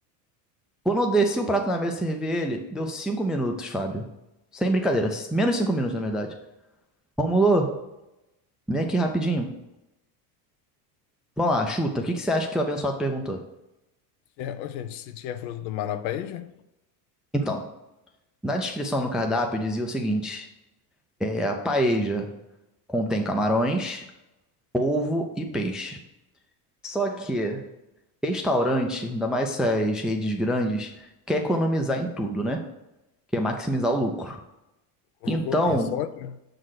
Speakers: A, in the centre; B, on the left.
A: Quando eu desci o prato na mesa e servi ele, deu 5 minutos, Fábio. Sem brincadeira, menos 5 minutos, na verdade. Romulo, vem aqui rapidinho. Vamos lá, chuta, o que, que você acha que o abençoado perguntou?
B: É, ô, gente, se tinha fruto do mar na paella,
A: Então, na descrição no cardápio dizia o seguinte: É, a paeja contém camarões, polvo e peixe. Só que restaurante, ainda mais essas redes grandes, quer economizar em tudo, né? Quer maximizar o lucro.
B: colocou
A: Então,
B: o quê? Soja?